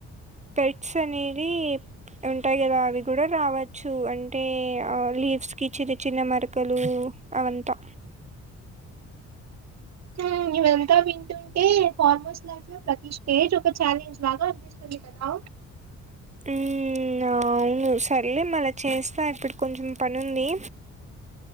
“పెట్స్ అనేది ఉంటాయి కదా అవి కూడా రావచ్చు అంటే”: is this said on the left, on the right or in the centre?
Right